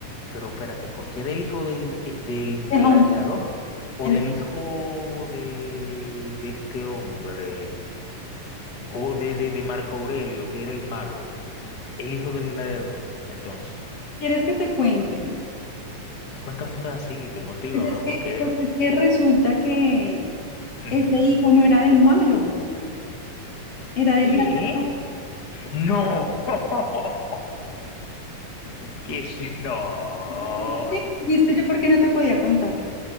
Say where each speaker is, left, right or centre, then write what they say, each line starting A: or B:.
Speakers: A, on the left; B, on the left.
A: Pero espérate, ¿por qué del hijo del, que, del
B: Deja
A: gladiador?
B: un-
A: ¿O
B: el-
A: del hijo de, de este hombre? O de, de, de Marco Aurelio, que era el malo, el hijo del gladiador. Entonces,
B: ¿Quieres que te cuente?
A: cuéntame un pedacito, motívame,
B: Pues es que,
A: porque...
B: pues es que resulta que
A: Ujú,
B: ese
A: ujú.
B: hijo no era del malo, era del
A: ¿Qué?
B: gladiador.
A: ¡No! <laughs> ¿Qué es- No.
B: ¿Viste? ¿Viste yo por qué no te podía contar?